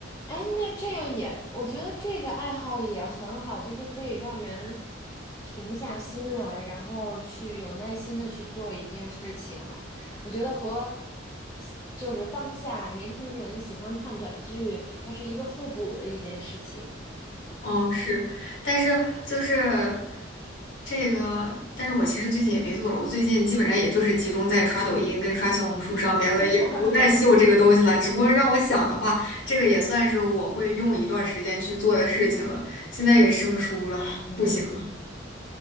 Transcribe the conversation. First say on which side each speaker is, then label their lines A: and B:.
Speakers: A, on the left; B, on the left.
A: 哎，那这样也，我觉得这个爱好也很好，就是可以让人平下心来，然后去有耐心的去做一件事情。我觉得和就是当下年轻人喜欢看短剧，它是一个互补的一件事情。
B: 哦，是，但是就是这个，但是我其实最近也没做了，我最近基本上也就是集中在刷抖音跟刷小红书上面了，
A: <laughs>
B: 也不再秀这个东西了。只不过让我想的话，这个也算是我会用一段时间去做的事情了。现在也生疏了，
A: 嗯。
B: 不行。